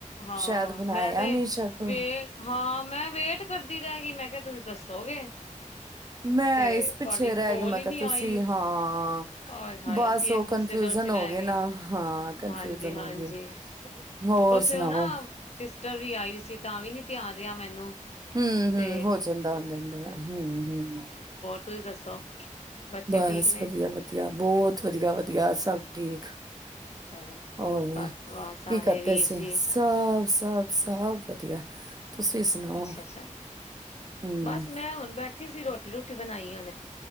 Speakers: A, on the left; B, on the right.
A: ਹਾਂ
B: ਸ਼ਾਇਦ ਬਣਾਇਆ
A: ਮੈਂ ਤੇ
B: ਨੀ ਸ਼ਾਇਦ
A: ਵੇ ਹਾਂ ਮੈਂ ਵੇਟ ਕਰਦੀ ਰਹਿ ਗਈ ਮੈਂ ਕਿਹਾ ਤੁਸੀਂ ਦੱਸੋਗੇ
B: ਮੈਂ
A: ਤੇ
B: ਇਸ ਪਿੱਛੇ
A: ਤੁਹਾਡੀ
B: ਰਹਿ
A: ਕੋਲ
B: ਗਈ ਮੈਂ
A: ਹੀ
B: ਕਿਹਾ
A: ਨੀ
B: ਤੁਸੀਂ
A: ਆਈ।
B: ਹਾਂ
A: ਆਏ ਹਾਏ
B: ਬਸ
A: ਅਸੀਂ
B: ਉਹ
A: ਇੱਕ ਦੂਸਰੇ
B: ਕਨਫਿਊਜਨ
A: ਦੇ ਚ ਰਹਿ
B: ਹੋ ਗਏ ਨਾ ਹਾਂ ਕਨਫਿਊਜਨ
A: ਹਾਂਜੀ-ਹਾਂਜੀ,
B: ਹੋ ਗਈ ਹੋਰ
A: ਕੁਛ
B: ਸੁਣਾਓ
A: ਉਹ ਨਾ ਸਿਸਟਰ ਵੀ ਆਈ ਸੀ ਤਾਂ ਵੀ ਨੀ ਧਿਆਨ ਰਿਹਾ ਮੈਨੂੰ
B: ਹੂ ਹੂ
A: ਤੇ
B: ਹੋ ਜਾਂਦਾ ਹੋ ਜਾਂਦਾ ਹੂ ਹੂ
A: ਤਸੀ ਦੱਸੋ ਬੱਚੇ
B: ਬਸ
A: ਠੀਕ ਨੇ?
B: ਵਧੀਆ ਵਧੀਆ ਬਹੁਤ ਵਧੀਆ ਵਧੀਆ ਸਭ ਠੀਕ।
A: ਚਲੋ
B: ਹੋਰ
A: ਘਰ ਪਰਿਵਾਰ ਸਾਰੇ
B: ਕੀ ਕਰਦੇ
A: ਵੀਰ
B: ਸੀਂ
A: ਜੀ
B: ਸਭ ਸਭ ਸਭ ਵਧੀਆ। ਤੁਸੀਂ ਸੁਣਾਓ
A: ਅੱਛਾ ਅੱਛਾ
B: ਹੂੰ
A: ਬਸ ਮੈਂ ਹੁਣ ਬੈਠੀ ਸੀ ਰੋਟੀ ਰੋਟੀ ਰੁਟੀ ਬਣਾਈ ਐ